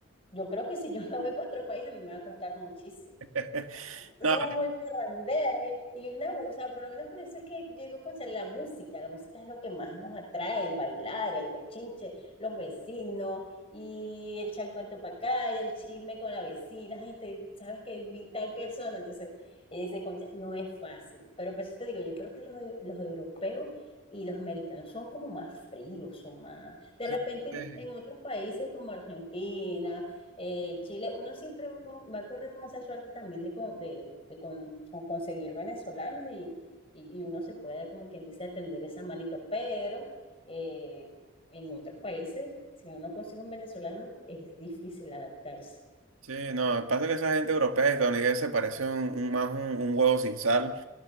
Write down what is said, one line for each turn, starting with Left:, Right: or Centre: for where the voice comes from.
Left: Yo creo que si yo me voy para otro país a mí me va a costar muchísimo
Right: <laughs>
Left: nosotros
Right: No,
Left: somos muy parranderos y, y una, o sea, por lo menos por eso es que yo digo, concha, la música, la música es lo que más nos atrae, el bailar, el bochinche, los vecinos y el charcuento para acá y el chisme con la vecina, ay, te, sabes que vi tal persona, entonces ese concha no es fácil, pero por eso te digo, yo creo que los, e- los europeos y los americanos son como más fríos, son más... De
Right: eso
Left: repente
Right: es-
Left: yo- en otros países como Argentina, eh, Chile, uno siempre va, con- va a correr con esa suerte también de, con- de, de con- con conseguir venezolanos y, y- y uno se puede, como quien dice, atender esa manito, pero eh, en otros países, si uno no consigue un venezolano, es difícil adaptarse.
Right: sí, no, pasa que esa gente europea y estadounidense parece un, un- más un un huevo sin sal.